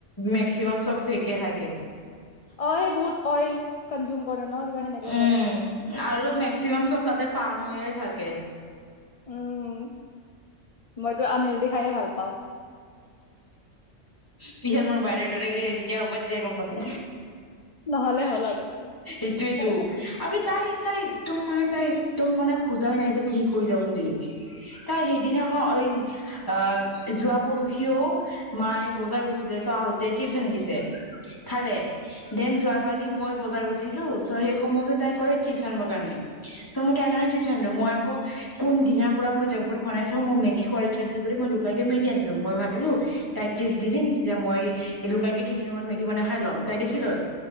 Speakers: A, on the left (about 15°); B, on the left (about 35°).
A: মেক্সিমাম চব ফেকে থাকে।
B: অ', সেই বহুত অইল কনজিউম কৰে ন কিবা সেনেকে
A: উম,
B: কয় ন
A: আৰু মেক্সিমাম চপ তাতে পাৰ মৰিয় থাকে
B: উম, মইতো আনহেলডি খায়ে ভাল পাওঁ।
A: পিছত মোৰ বাইদেউৰ দৰে যেতিয়া হ'ব তেতিয়া গম পাবি।
B: নহ'লে হ'ল আৰু
A: এইটোইটো
B: অ
A: আবে তাই, তাই একদম মানে তাই একদম মানে খোজাই নাই যে ঠিক হৈ যাওঁ বুলি তাই সেইদিনা আকৌ এই অহ, যোৱা পৰহিও মায়ে বজাৰ গৈছিলে চ' আহোতে চিপছ আনি দিছে। খালে, দেন যোৱা কালি মই বজাৰ গৈছিলোঁ চ' হেই সময়তে তাই কলে চিপচ আনিব কাৰনে চ' মই তাইৰ কাৰণে চিপচ আনিলোঁ মই আকৌ কোন দিনা পৰা জৈন ফুট খোৱা নাই চ' মোৰ মেগী খোৱাৰ ইটচা আছিল বুলি চ' লুকুৱাই কেনে আনিলো মই ভাবিলো তাইক চিপছ দি দিম তেতিয়া মই লুকোই কিনে কিচেন ৰুমত মেগী বনাই খাই ল'ম তাই দেখি ল'ল